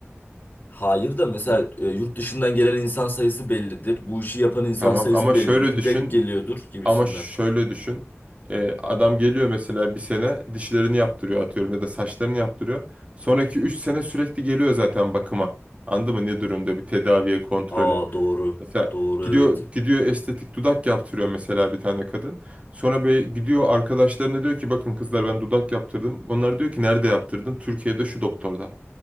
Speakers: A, on the left; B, on the right.
A: Hayır da mesela
B: Yani,
A: e, yurt dışından gelen insan sayısı bellidir. Bu işi yapan insan
B: tamam
A: sayısı
B: ama
A: bellidir.
B: şöyle düşün
A: Denk geliyordur gibisinden.
B: ama şöyle düşün. Ee, adam geliyor mesela bir sene dişlerini yaptırıyor atıyorum ya da saçlarını yaptırıyor. Sonraki 3 sene sürekli geliyor zaten bakıma. Anladın mı ne durumda bir tedaviye kontrole.
A: Aa doğru.
B: Mesela
A: Doğru
B: gidiyor
A: evet.
B: gidiyor estetik dudak yaptırıyor mesela bir tane kadın. Sonra böyle gidiyor arkadaşlarına diyor ki bakın kızlar ben dudak yaptırdım. Onlar diyor ki nerede yaptırdın? Türkiye'de şu doktorda.